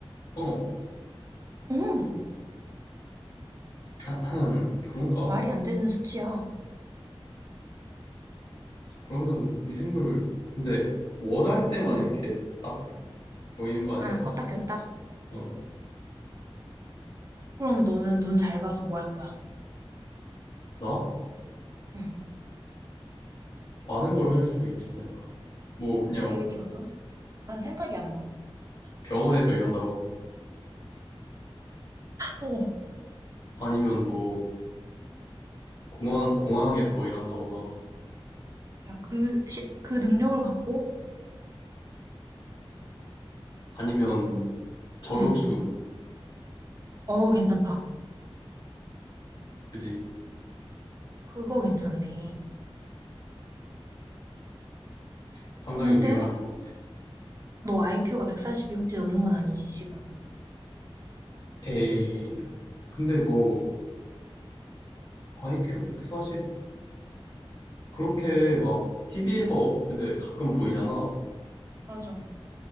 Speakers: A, on the left; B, on the right.
A: 어,
B: 응,
A: <clears throat> 그런가?
B: 말이 안 되는 수치야.
A: 그러면 미생물, 근데 원할 때만
B: 응.
A: 이렇게 딱 보이는 거 아닐까?
B: 아, 껐다 켰다.
A: 어,
B: 그러면 너는 눈 잘 봐서 뭐 할 거야?
A: 나?
B: 응.
A: 많은 걸 할 수 있지 않을까? 뭐, 그냥
B: 예를 들어서? 난 생각이 안 나.
A: 병원에서 일한다거나,
B: 어, 어.
A: 아니면 뭐, 공항, 공항에서 일한다거나,
B: 야, 그, 시, 그 능력을 갖고?
A: 아니면 저격수,
B: 응. 어, 괜찮다.
A: 그지?
B: 그거 괜찮네.
A: 상당히
B: 근데
A: 유용할 것 같아.
B: 너 IQ가 140이 혹시 넘는 건 아니지, 지금?
A: 에이, 근데 뭐, IQ 140 그렇게 막 TV에서 근데 가끔 보이잖아.
B: 맞아.